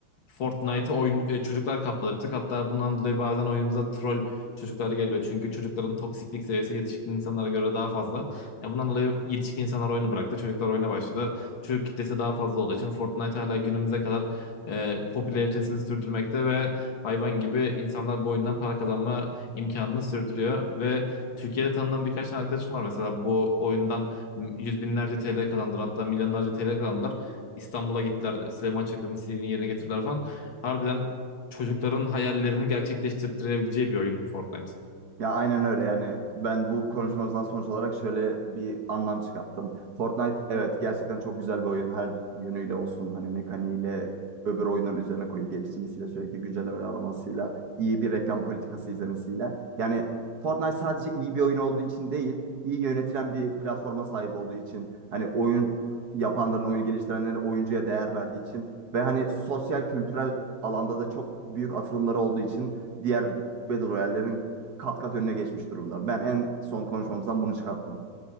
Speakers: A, on the left (about 65°); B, on the right (about 50°).
A: Fortnite'ı oyun, e, çocuklar kapladı bir tık. Hatta bundan dolayı bazen oyunumuza troll çocuklar geliyor. Çünkü çocukların toksiklik seviyesi yetişkin insanlara göre daha fazla. Ya bundan dolayı yetişkin insanlar oyunu bıraktı. Çocuklar oyuna başladı. Çocuk kitlesi daha fazla olduğu için Fortnite hala günümüze kadar e, popülaritesini sürdürmekte ve hayvan gibi insanlar bu oyundan para kazanma imkanını sürdürüyor ve Türkiye'de tanıdığım birkaç tane arkadaşım var mesela bu oyundan yüz binlerce TL kazandılar hatta milyonlarca TL kazandılar. İstanbul'a gittiler Süleyman Çakır'ın istediğini yerine getirdiler falan. Harbiden çocukların hayallerini gerçekleştirebileceği bir oyun Fortnite.
B: Ya aynen öyle yani ben bu konuşmamızdan sonuç olarak şöyle bir anlam çıkarttım. Fortnite evet gerçekten çok güzel bir oyun her yönüyle olsun hani mekaniğiyle öbür oyunların üzerine koyup geliştirmesiyle sürekli güncellemeler almasıyla iyi bir reklam politikası izlemesiyle. Yani Fortnite sadece iyi bir oyun olduğu için değil iyi yönetilen bir platforma sahip olduğu için hani oyun yapanların oyunu geliştirenlerin oyuncuya değer verdiği için ve hani sosyal kültürel alanda da çok büyük atılımları olduğu için diğer Battle Royale'lerin kat kat önüne geçmiş durumda. Ben en son konuşmamızdan bunu çıkarttım.